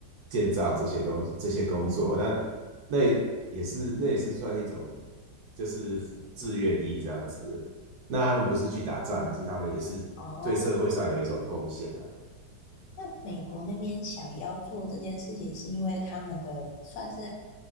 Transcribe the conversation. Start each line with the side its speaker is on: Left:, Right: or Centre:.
Right: 建造这些东这些工作。
Left: 嗯
Right: 那那也是那也是算一种就是自愿役这样子。那他们不是去打仗，
Left: 嗯
Right: 可是他们也是对社会上有一种贡献啊。
Left: 哦，那美国那边想要做这件事情，是因为他们的算是